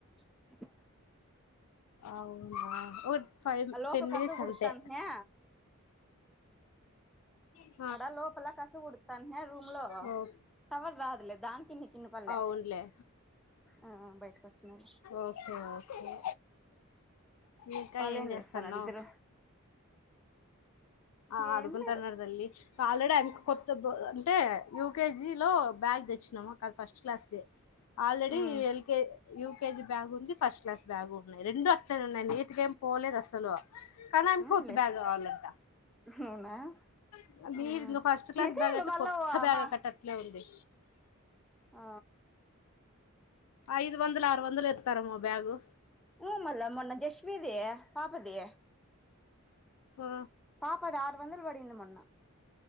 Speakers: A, in the centre; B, on the left.
A: అ
B: అవునా ఓర్ ఫైమ్
A: లోపల
B: టెన్ మినట్స్
A: కసువు
B: అంతే
A: ఊడుత్తాంట్నా
B: అ
A: అడా లోపల కసు ఉడుతాన్ట్నే రూమ్ లో
B: ఓ
A: తవర్ రాద్లే దాన్కి నిక్ ఇనాపల్లె
B: అవునులే
A: ఆ బైట్కోచ్చిన ఊ
B: ఓకే ఓకే ఇంకా
A: పాలెం
B: ఏం చేస్తాన్నావ్
A: జేస్తానారు ఇద్రును
B: ఆ
A: ఏం
B: డుకుంటాన్నరు
A: లేదు
B: దల్లి పాలడామ్ అ కొత్త బో అంటే యూకేజీ లో బ్యాగ్ దెచ్చినామ కాద్ ఫస్ట్ క్లాస్ దె already
A: um
B: ఎల్కె you KG bag ఉంది ఫస్ట్ క్లాస్ బ్యాగ్ ఉన్నాయి రెండు అట్లనే ఉన్నాయి నీటిగేం పోలేదు అసలు కనీ అనిక్
A: అవునులే
B: కొత్త బ్యాగ్ గావాలంట
A: అవునా
B: <unintelligible>
A: ఆ
B: ఫస్ట్ క్లాస్
A: తీసేయండి
B: బ్యాగ్ అయితే
A: మళ్ళా
B: కొత్త బ్యాగ్
A: మా
B: అక్కట్ట ఆట్లే ఉంది
A: ఆ
B: ఐదు వందలు ఆరు వందలు ఎస్తరామ్మా బ్యాగు
A: ఉ మల్ల మొన్న జశ్వి ది పాప ది
B: ఆ
A: పాపది ఆరు వందలు పడింది మొన్న